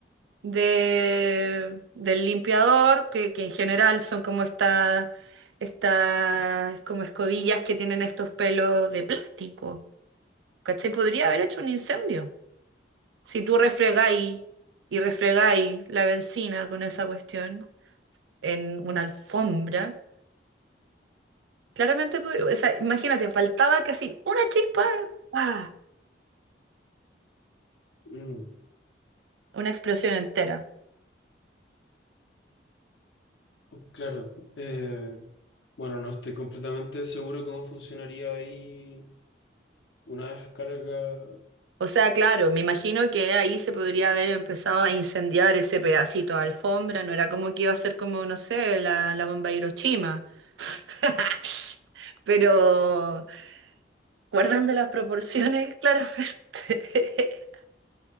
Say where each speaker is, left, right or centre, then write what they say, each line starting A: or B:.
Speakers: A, on the right (about 85°); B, on the left (about 75°).
A: de, del limpiador, que, que en general son como estas estas como escobillas que tienen estos pelos de plástico. ¿Cachai? Podría haber hecho un incendio. Si tú refregáis y refregáis la benzina con esa cuestión en una alfombra, claramente, pod- o sea, imagínate, faltaba casi una chispa, ¡pa!
B: Mm.
A: una explosión entera.
B: Claro, eh, Bueno, no estoy completamente seguro cómo funcionaría ahí una descarga.
A: O sea, claro, me imagino que ahí se podría haber empezado a incendiar ese pedacito de alfombra, no era como que iba a ser como, no sé, la, la bomba de Hiroshima. <laughs> Pero guardando las proporciones, claramente. <laughs>